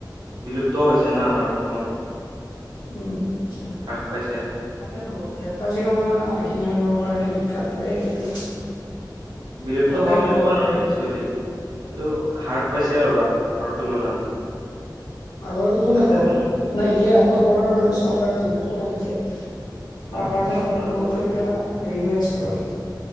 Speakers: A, on the right; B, on the left.
A: বিলুপ্ত হৈছে না, আমাৰ অসমত।
B: উম, আচছা
A: হ্ৰাস পাইছে।
B: তাকেতো দে কাজিৰঙা আহখিল ৰৰ, কাৰণে বিখ্যাত হয়, এইটো।
A: বিলুপ্ত
B: লগতে
A: হোৱা বুলি ক'বা নোৱাৰি একচুৱেলি এইটো। হ্ৰাস পাইছে আৰু আৰ তুলনাত।
B: আগৰ দিব
A: তাতে
B: নাতো
A: তুম
B: নাই এতিয়া আকৌ ধৰ চৰকাৰৰ যিবিলাক পদক্ষপ ঠিক
A: অ
B: তাৰ কাৰণে
A: অ নতুন
B: ধৰ
A: নতুন
B: আকৌ
A: পদক্ষেপ
B: ধৰ এতিয়া হেৰি হৈ আছে বাৰী